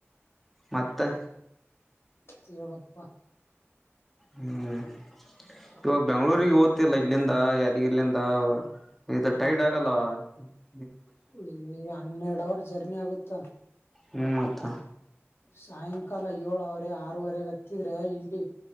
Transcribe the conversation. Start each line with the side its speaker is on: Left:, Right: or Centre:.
Centre: ಮತ್ತೆ
Left: ತಿೀರ ಬಪ್ಪ
Centre: ಹ್ಮ್ ಇವಾಗ ಬೆಂಗ್ಳೂರಿಗೆ ಓದ್ತಿಿಲ್ಲ ಇಲ್ಲಿಂದ ಯಾದಗಿರ್ಲಂದ ಇವ ಇದು
Left: ಹ್ಮ್
Centre: ಟೈಡ್ ಆಗಲ್ವಾ ಹ್ಞೂ
Left: ಈ ಹನ್ನೆರಡು ಅವರ್ ಜರ್ನಿ ಆಗುತ್ತ
Centre: ಹ್ಮ್ ಮತ್ತ
Left: ಸಾಯಂಕಾಲ ಏಳ್ ಅವರ ಆರವರೆ ಹತ್ತಿದ್ರೆ ಇಲ್ಲಿ